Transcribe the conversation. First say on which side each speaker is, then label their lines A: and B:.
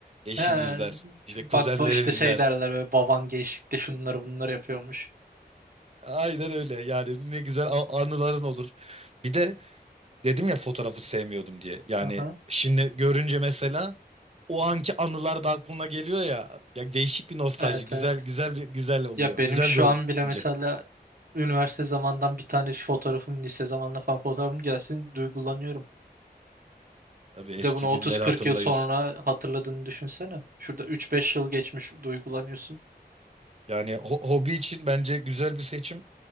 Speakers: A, on the right (about 40°); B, on the right (about 55°).
A: eşin
B: He,
A: izler, işte kuzenlerin
B: bak bu işte
A: izler.
B: şey derler böyle baban gençlikte şunları bunları yapıyormuş.
A: Aynen öyle. Yani ne güzel a- anıların olur. Bir de dedim ya fotoğrafı sevmiyordum diye. Yani
B: Aha.
A: şimdi görünce mesela o anki anılar da aklına geliyor ya. Ya değişik bir nostalji.
B: Evet
A: Güzel
B: evet.
A: güzel bir güzel oluyor.
B: Ya benim
A: Güzel
B: şu
A: bir hobi
B: an bile mesela
A: bence.
B: üniversite zamandan bir tane fotoğrafım, lise zamanla falan fotoğrafım gelsin duygulanıyorum.
A: Tabii eski
B: Bir de bunu 30-40
A: günleri hatırlayız.
B: yıl sonra hatırladığını düşünsene. Şurada 3-5 yıl geçmiş duygulanıyorsun.
A: Yani ho- hobi için bence güzel bir seçim.